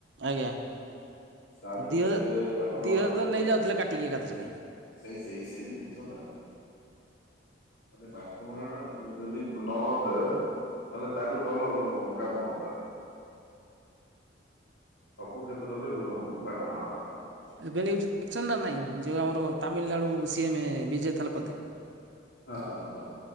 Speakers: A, on the right (about 65°); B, on the left (about 85°).
A: ଆଜ୍ଞା
B: ତା ଦେହରୁ
A: ଦି
B: କେତେ
A: ହଜା
B: ବାଟ ମାରଣା
A: ଦି ହଜାର
B: ହଉଥିଲା।
A: ତ ନେଇଯାଉଥିଲେ କାଟିକି ଏକାଥରେକ।
B: ସେଇ ସେଇ ସେଇ ଜିନିଷ ନାଁ। ମାନେ ବାଟ ବରଣା ଯଦି ନ ହବେ ମାନେ ତାଠୁ ଭଲ ଉ କାମ ହନ୍ତା। ସବୁ କ୍ଷେତ୍ରରେ ବ ବାଟ ମାରଣା।
A: ଏବେ ନ୍ୟୁଜ୍ ଦେଖିଛନ୍ତି ନା ନାଇଁ ଯୋଉ ଆମର ତାମିଲନାଡୁ ସିଏମ ବିଜେ ଥାଲପତି।
B: ଅ ହ ହ।